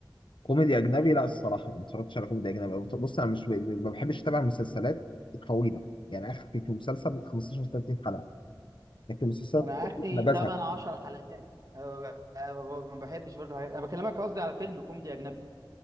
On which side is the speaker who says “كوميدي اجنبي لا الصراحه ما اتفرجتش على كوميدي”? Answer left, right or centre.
Left